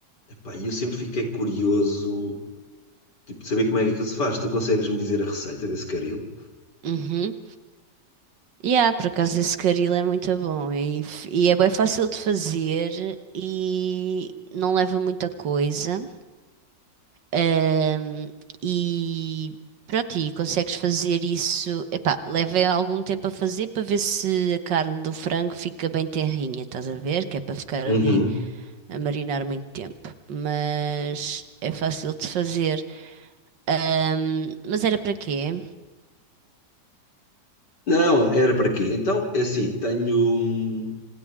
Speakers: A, on the left (about 70°); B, on the right (about 85°).
A: Epá, e eu sempre fiquei curioso, tipo, de saber como é que aquilo se faz. Tu consegues me dizer a receita desse caril?
B: Uhum. Yeah, por acaso esse caril é muito bom e, f- e é bem fácil de fazer e não leva muita coisa. Ahm, e pronto, e consegues fazer isso. Epá, leva algum tempo a fazer para ver se a carne do frango fica bem tenrinha, estás a ver? Que é para ficar
A: Uhum.
B: ali a marinar muito tempo. Mas é fácil de fazer. Ahm, mas era para quê?
A: Não, era para quê? Então, é assim, tenho hum,